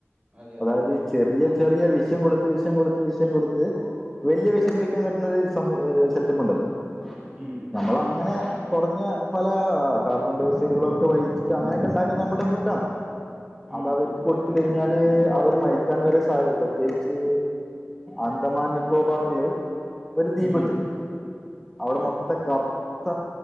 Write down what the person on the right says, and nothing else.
അതെ അതെ
ഉം
ഉം
ഉം
ഉം